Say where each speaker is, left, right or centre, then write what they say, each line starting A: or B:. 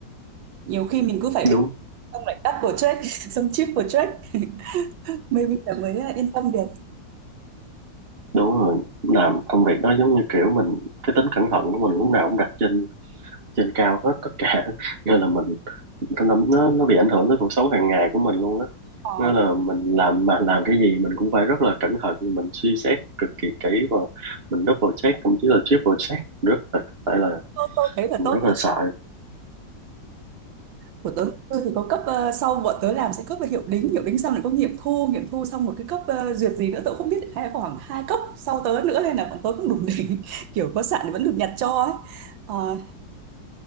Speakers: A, on the right (about 85°); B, on the right (about 30°).
A: nhiều khi mình cứ phải
B: đúng
A: xong lại double check <laughs> xong triple check <laughs> maybe là mới à, yên tâm được
B: đúng rồi làm công việc đó giống như kiểu mình cái tính cẩn thận của mình lúc nào cũng đặt trên trên cao hết tất cả <laughs> nên là mình nó nó bị ảnh hưởng tới cuộc sống hàng ngày của mình luôn á
A: ờ
B: nghĩa là mình làm mà làm cái gì mình cũng phải rất là cẩn thận mình suy xét cực kỳ kỹ và mình double check thậm chí là triple check rất là phải là
A: tôi, tôi thấy là
B: mình
A: tốt
B: rất là sợ
A: của tớ tôi thì có cấp ờ, sau bọn tớ làm sẽ cấp về hiệu đính hiệu đính xong lại có nghiệm thu nghiệm thu xong một cái cấp ờ, duyệt gì nữa tớ cũng không biết hay là khoảng hai cấp sau tớ nữa nên là bọn tớ cũng đủ đỉnh <laughs> kiểu có sạn thì vẫn được nhặt cho ấy Ờ,